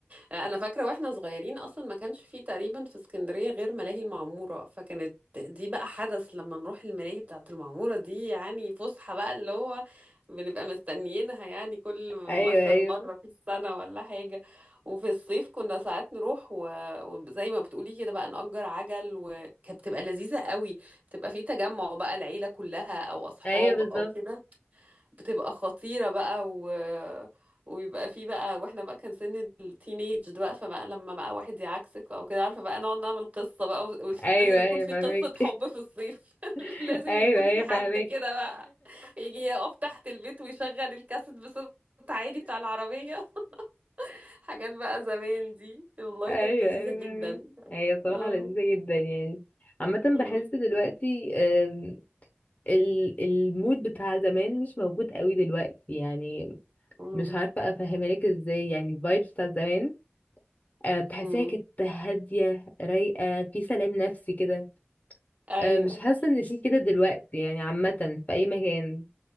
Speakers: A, on the right (about 40°); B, on the left (about 40°).
A: آه، انا فاكره واحنا صغيرين اصلا ما كانش فيه تقريبا في اسكندريه غير ملاهي المعموره فكانت دي بقى حدث لما نروح الملاهي بتاعه المعموره دي يعني فسحه بقى اللي هو بنبقى مستنيينها يعني كل مثلا
B: ايوه ايوه
A: مره في السنه ولا حاجه وفي الصيف كنا ساعات نروح و- وزي ما بتقولي كده بقى نأجر عجل وكانت بتبقى لذيذه قوي بتبقى في تجمع بقى العيله كلها او اصحاب
B: ايوه بالظبط
A: او كده بتبقى خطيرة بقى و... ويبقى في بقى واحنا بقى كان سن التينيج ده بقى فبقى لما بقى واحد يعكسك او كده عارفة بقى نقعد نعمل قصة بقى و...
B: ايوه
A: ولازم يكون
B: ايوه
A: في
B: فاهمك
A: قصة حب في الصيف <laughs>
B: <laughs>
A: لازم
B: ايوه
A: يكون في
B: ايوه
A: حد
B: فاهمك
A: كده بقى يجي يقف تحت البيت ويشغل الكاسيت بصوت عالي بتاع العربية <laughs> حاجات بقى زمان دي والله
B: ايوه
A: كانت لذيذة
B: ايوه
A: جدا
B: فاهمك هي صراحه
A: آه،
B: لذيذه جدا يعني عامه
A: آه،
B: بحس دلوقتي
A: آه،
B: آم، ال- المود بتاع زمان مش موجود قوي دلوقتي يعني
A: آه،
B: مش عارفه افهمها لك ازاي يعني الفايبس بتاع زمان آه، بتحسيها
A: آه.
B: كانت هاديه رايقه في سلام نفسي كده
A: ايوه
B: آه، مش حاسه ان في كده دلوقتي يعني عامه في اي مكان